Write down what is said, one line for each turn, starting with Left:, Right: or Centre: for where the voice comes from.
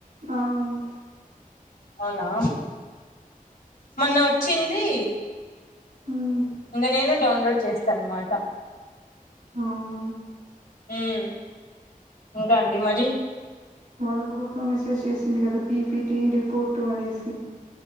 Right: ఆహ్
Left: అవునా మొన్న వచ్చింది
Right: ఉమ్,
Left: ఇంకా నేను డౌన్లోడ్ చేస్తాను అనమాట
Right: ఆహ్
Left: ఉమ్ ఇంకా అండి మరి
Right: మొన్న గ్రూప్లోలో మెసేజ్ చేసింది కదా పీపీటి రిపోర్టు అనేసి